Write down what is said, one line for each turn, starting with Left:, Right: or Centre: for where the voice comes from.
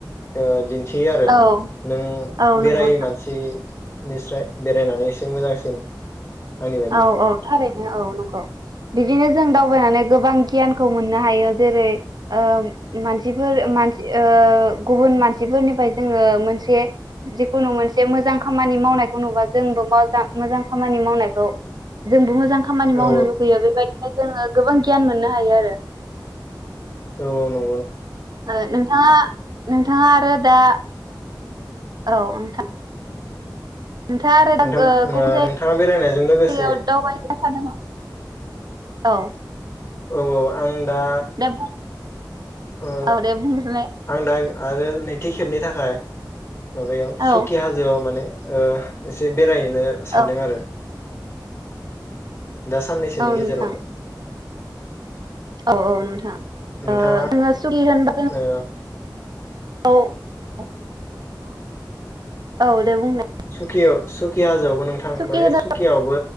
Left: ओ दिन थियो आरो
Right: औ
Left: नों
Right: औ नंगौ
Left: बेरायै मानसि निफ्राय बेरायनानै एसे मोजांसिन आंनि बायदिबा
Right: औ औ थारैनो औ नंगौ। बिदिनो जों दावबायनानै गोबां गियानखौ मोननो हायो जेरै ओ मानसिफोर मानसि ओ गुबुन मानसिफोरनिफ्राय जोङो मोनसे जिखुनु मोनसे मोजां खामानि मावनायखौ नुबा जोंबो मजां मोजां खामानि मावनायखौ जोंबो मोजां खामानि मावनो
Left: औ
Right: लुगैयो बेबायदिनो जोङो गोबां गियान मोननो हायो आरो
Left: औ औ नं
Right: ओ नोंथाङा नोंथाङा आरो दा औ नोंथां। नोंथाङा आरो दा
Left: नोंथां
Right: गो गुबुन
Left: ओ
Right: जायगायाव
Left: नोंथाङा बेरायनायजों लोगोसे
Right: दावबाय हैनो <unintelligible> औ
Left: औ औ आं दा
Right: दा
Left: ओ
Right: औ दे बुंग्रोलाय
Left: आं दा आरो नैथि खेबनि थाखाय माबायाव
Right: औ
Left: सखि हाजोआव माने ओ एसे बे बेराहैनो सानदों
Right: औ
Left: आरो दा साननैसोनि
Right: औ
Left: गेजेरावनो
Right: नोंथां औ औ नोंथां
Left: नोंथाङा
Right: ओ जोङो सि होनब
Left: ओ
Right: <inaudible> <unintelligible> औ दे बुंनाय
Left: सुकियाव सुकि‌‌ हाजो नंगौ नोंथां
Right: सुखि
Left: माने
Right: होनो
Left: सुखिआवबो